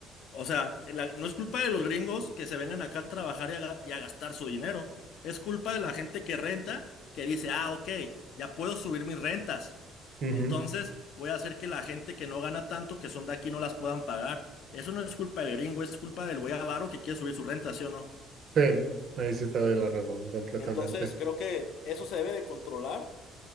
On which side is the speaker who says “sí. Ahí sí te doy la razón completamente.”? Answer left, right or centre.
Right